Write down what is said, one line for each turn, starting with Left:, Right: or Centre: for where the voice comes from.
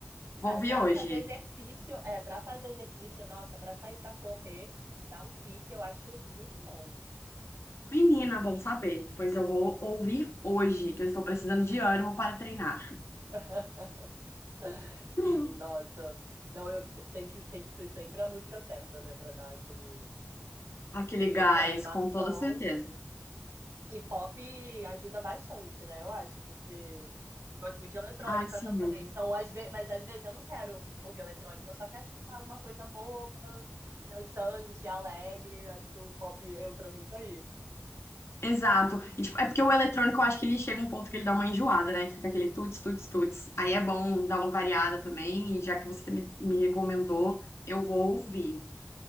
Left: Vou
Right: Cara,
Left: ouvir
Right: pra
Left: hoje.
Right: fazer exercício, é, para fazer exercício, nossa, pra sair pra correr, dar um pique, eu acho muito bom.
Left: Menina, bom saber. Pois eu vou ouvir hoje, que eu estou precisando de ânimo para treinar.
Right: <laughs> Sim,
Left: <laughs>
Right: nossa. Não, eu tem que tem que ser sempre a música certa, né, Pra dar aquele,
Left: Aquele
Right: aquele
Left: gás,
Right: aquela animação.
Left: com toda certeza.
Right: E pop ajuda bastante, né? Eu acho, porque eu gosto muito de eletrônica
Left: Ai, sim.
Right: também. Então, às vezes, mas às vezes eu não quero ouvir eletrônica, eu só quero escutar alguma coisa boba e dançante, alegre. Acho que o pop entra muito aí.
Left: Exato. E, tipo, é porque o eletrônico, eu acho que ele chega um ponto que ele dá uma enjoada, né? Que fica aquele tuts, tuts, tuts. Aí é bom dar uma variada também. E já que você me, me recomendou, eu vou ouvir.